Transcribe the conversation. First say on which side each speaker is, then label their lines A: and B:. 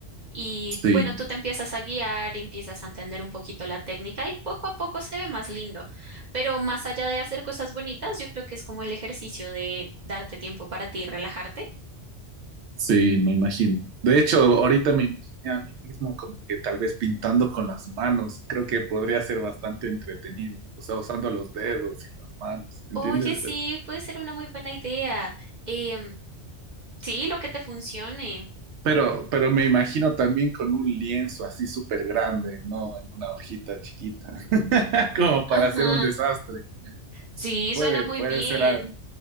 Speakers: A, on the right; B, on the right.
A: Y
B: Sí,
A: bueno, tú te empiezas a guiar y empiezas a entender un poquito la técnica y poco a poco se ve más lindo. Pero más allá de hacer cosas bonitas, yo creo que es como el ejercicio de darte tiempo para ti y relajarte.
B: sí, me imagino. De hecho, ahorita me imaginé a mí mismo como que tal vez pintando con las manos. Creo que podría ser bastante entretenido. O sea, usando los dedos y las manos, ¿entiendes?
A: Oye, sí, puede ser una muy buena idea. Em, sí, lo que te funcione.
B: Pero, pero me imagino también con un lienzo así súper grande, no en una hojita chiquita, <laughs> como para
A: Ajá,
B: hacer un desastre.
A: sí,
B: Puede,
A: suena muy
B: puede
A: bien.
B: ser algo,